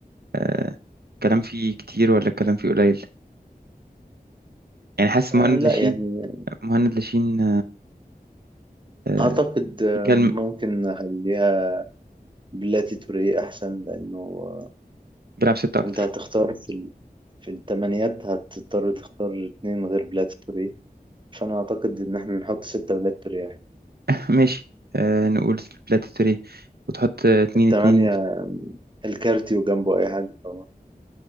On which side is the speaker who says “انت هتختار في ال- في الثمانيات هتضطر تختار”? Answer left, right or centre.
Right